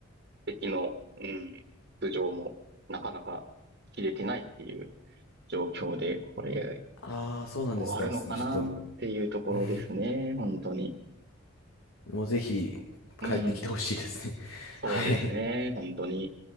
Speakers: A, on the right (about 50°); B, on the left (about 80°).
A: 敵の、うん、頭上もなかなか切れてないっていう状況で、これ
B: ああ、そうなんですか。
A: 終わるのかなっていうところですね、
B: ちょっと、<laughs> うん
A: 本当に。
B: もうぜひ
A: うん、
B: 帰ってきてほしいですね。
A: そうですね、
B: <laughs> はい。
A: 本当に。